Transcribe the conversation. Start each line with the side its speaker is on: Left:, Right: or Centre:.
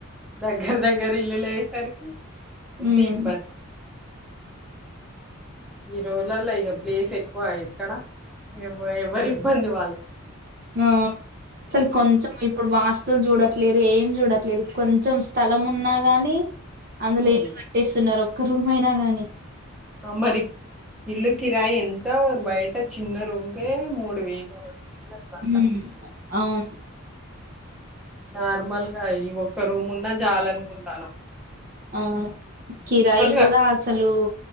Centre: దగ్గర దగ్గర ఇల్లులు అయ్యేసరికి ఉంటే
Right: ఉమ్
Centre: ఇబ్బంది ఈ రోజులలో ఇక ప్లేస్ ఎక్కువ ఎక్కడ ఎవ ఎవరి ఇబ్బంది వాళ్ళకే
Right: ఆవును అసలు కొంచెం ఇప్పుడు వాస్త స్తులు చూడట్లేదు ఏం చూడట్లేదు కొంచెం స్థలం ఉన్నా గాని అందులో
Centre: ఉమ్.
Right: ఇళ్లు కట్టేస్తున్నారు ఒక్క రూం అయినా గాని
Centre: మరి ఇల్లు కిరాయి ఎంత బయట చిన్న చిన్న రూమ్ కి మూడు వేలు వేలు అట్లా
Right: ఉ అవును
Centre: నార్మల్గా ఈ ఒక్క రూమ్ ఉన్నా చాలనుకుంటాను
Right: అవును కిరాయిలు
Centre: కట్టుకుంటారు
Right: కూడా అసలు